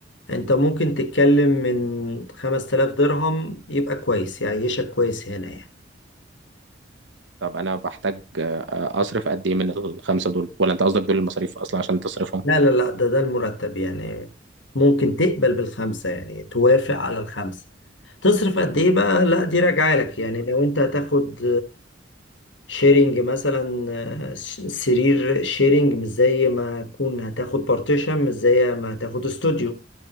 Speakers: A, on the left; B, on the right.
A: انت ممكن تتكلم من 5000 درهم يبقى كويس يعيشك كويس هنا يعني
B: طب أنا بحتاج آه، أصرف قد إيه من الخمسة دول ولا أنت قصدك دول المصاريف أصلا عشان تصرفهم
A: لا لا لا ده ده المرتب يعني ممكن تقبل بالخمسه يعني توافق على الخمسه تصرف قد ايه بقى لا دي راجعه لك يعني لو انت هتاخد شيرنج مثلا آه، ش- سرير شيرنج مش زي ما تكون هتاخد بارتيشن مش زي ما هتاخد استوديو